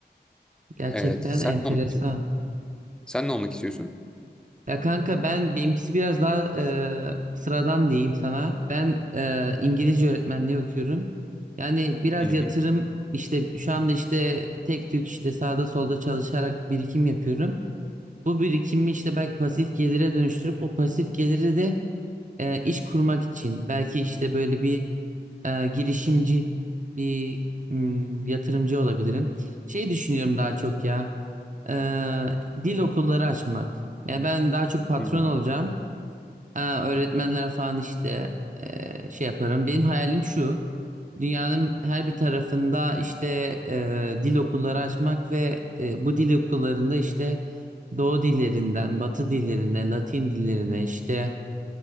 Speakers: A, on the right (about 45°); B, in the centre.
A: gerçekten
B: Evet, sen
A: enteresan.
B: ne olmak istiyorsun? Sen ne olmak istiyorsun?
A: Ya kanka ben benimkisi biraz daha e, sıradan diyeyim sana. Ben e, İngilizce öğretmenliği okuyorum. Yani biraz
B: Hı
A: yatırım
B: hı.
A: işte şu anda işte tek tük işte sağda solda çalışarak birikim yapıyorum. Bu birikimi işte belki pasif gelire dönüştürüp o pasif geliri de e, iş kurmak için belki işte böyle bir e, girişimci bir mm, yatırımcı olabilirim. Şey düşünüyorum daha çok ya e, dil okulları açmak. Yani ben daha çok patron
B: Hmm.
A: olacağım. E, öğretmenler falan işte e, şey yaparım. Benim hayalim şu. Dünyanın her bir tarafında işte e, dil okulları açmak ve e, bu dil okullarında işte Doğu dillerinden, Batı dillerine, Latin dillerine işte